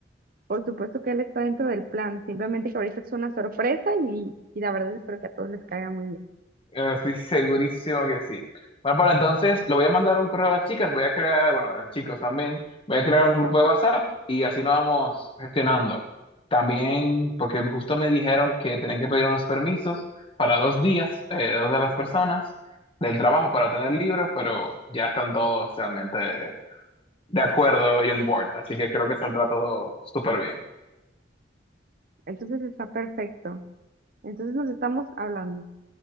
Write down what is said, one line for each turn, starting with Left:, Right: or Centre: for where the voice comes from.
Right: Por supuesto que él está dentro del plan, simplemente que ahorita es una sorpresa y, y la verdad espero que a todos les caiga muy bien.
Left: Eh, Estoy segurísimo que sí. Bárbara, entonces le voy a mandar un correo a las chicas, voy a crear, bueno, a los chicos también, voy a crear un grupo de WhatsApp y así nos vamos gestionando. También, porque justo me dijeron que tenían que pedir unos permisos para dos días, eh, dos de las personas del trabajo para tener libros, pero ya están todos realmente de acuerdo y on board, así que creo que saldrá todo súper bien.
Right: Entonces está perfecto. Entonces nos estamos hablando.